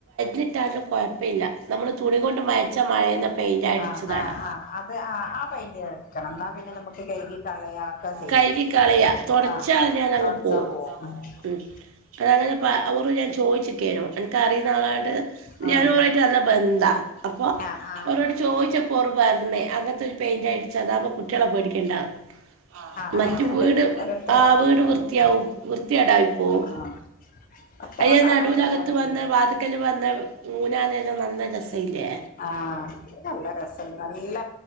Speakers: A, on the right; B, on the left.
A: എഴുതീട്ടാലും കുഴപ്പമില്ല നമ്മള് തുണി കൊണ്ട് മായ്ച്ച മായുന്ന പെയിന്റാ അടിച്ചത്
B: ആഹ് ആഹ്
A: അവിടെ
B: ആഹ് അത് ആഹ് ആ പൈന്റ് കൊടുക്കണം എന്നാ പിന്നെ നമുക്ക് കഴുകി കളയൊക്കെ ചെയ്യാം
A: കഴുകി കളയ തുടച്ചാൽ
B: ആ <unintelligible>
A: ഞാൻ അങ്ങ് പോവും ഉം അതങ്ങനെ പ ഓറോട് ഞാൻ ചോയിച്ചിക്കേനു എനക്ക് അറിയുന്ന ആളായോണ്ട്
B: ഉം
A: ഞാനു ഓറുവായിട്ട് നല്ല ബന്ധാ അപ്പൊ
B: ആഹ് ആഹ്
A: ഓറോട് ചോദിച്ചപ്പോറ് പറഞ്ഞ് അങ്ങൻത്തെ പെയിന്റ് അടിച്ചതാവുമ്പോ കുട്ടികളെ പേടിക്കണ്ടാ ആഹ് ആഹ്
B: അങ്ങനത്തെണ്ട്
A: മറ്റ് വീട്
B: ഓരോരുത്തര്
A: ആഹ്
B: പറഞ്ഞേക്ക
A: വീട്
B: അങ്ങനത്തെ
A: വൃത്തിയാവും വൃത്തികേടായിപ്പോവും
B: ആഹ് ആഹ് മറ്റമ്മ
A: അയ്യെ
B: സാധാ
A: നടുവിലകത്ത്
B: പെയിന്റാണെങ്കില്
A: വന്ന വാത്ക്കല് വന്ന ഊഞ്ഞാലെയെല്ലം നല്ല രസയില്ലേ
B: ആഹ് നല്ല രസണ്ട് നല്ല